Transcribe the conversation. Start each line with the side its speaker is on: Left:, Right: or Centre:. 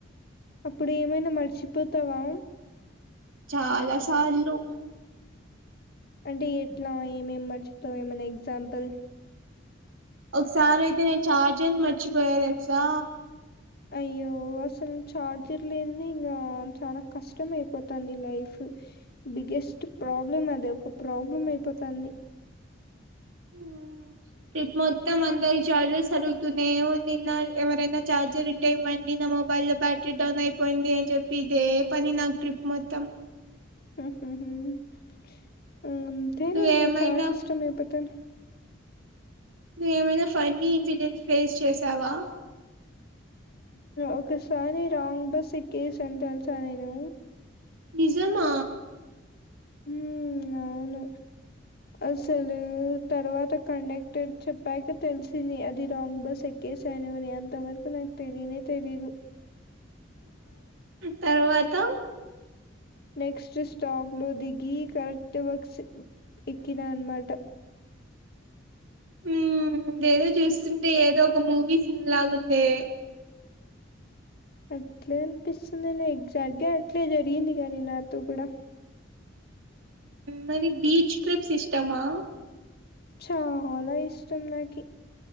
Left: అప్పుడు ఏమైనా మర్చిపోతావా
Right: చాలా సార్లు
Left: అంటే ఎట్లా ఏమేమి మర్చితావేమన్న ఎగ్జాంపుల్
Right: ఒకసారి అయితే నేను చార్జర్ మర్చిపోయా తెలుసా
Left: అయ్యో అసలు చార్జర్ లేద ఇంకా చాలా కష్టం అయిపోతుంది లైఫ్ బిగ్గెస్ట్ ప్రాబ్లం అదే ఒక ప్రాబ్లం అయిపోతంది
Right: ఉమ్ ట్రిప్ మొత్తం అంతారి చార్జర్స్ అడుగుతూనే ఉన్న ఎవరనా చార్జర్ ఉంటె ఇవ్వండి నా మొబైల్ లో బ్యాటరీ డౌన్ అయిపోయింది అని చెప్పి ఇదే పని నాకు ట్రిప్ మొత్తం
Left: <unintelligible> అంతేనే
Right: నువ్వేమైనా
Left: చానా ఇష్టం ఏపోతేను
Right: నువ్వేమైనా ఫన్నీ ఇన్సిడెంట్స్ ఫేస్ చేసావా
Left: ఒకసారి రాంగ్ బస్ ఎక్కేసని తెలుసా నేను
Right: నిజమా
Left: హ్మ్ అవును అసలు తర్వాత కండక్టర్ చెప్పాక తెలిసంది అది రాంగ్ బస్ ఎకి చేశాను అని అంత వరకు నాకు తెలియనే తెలీదు
Right: తర్వాత
Left: నెక్స్ట్ స్టాప్ లో దిగి కరెక్ట్ బక్ ఎకినా అన మాట
Right: ఉ ఇదేదో చూస్తుంటే ఏదో ఒక మూవీ సిన్ లాగు ఉండే
Left: అట్లే అనిపిస్తుంది ఎగ్జాగే అట్లే జరిగింది కాగాని నాతో కూడా
Right: మరి బీచ్ ట్రిప్స్ ఇష్టమా
Left: చాలా ఇష్టం నాకి